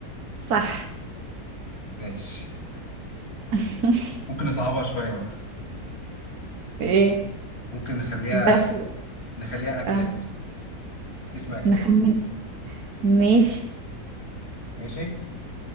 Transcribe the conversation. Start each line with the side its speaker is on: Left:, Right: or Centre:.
Right: صح
Left: ماشي
Right: <laughs>
Left: ممكن نصعبها شوية بقى
Right: ايه
Left: ممكن نخليها
Right: بس
Left: نخليها أكلات
Right: آه.
Left: اسم أكلات
Right: نخمن ماشي
Left: ماشي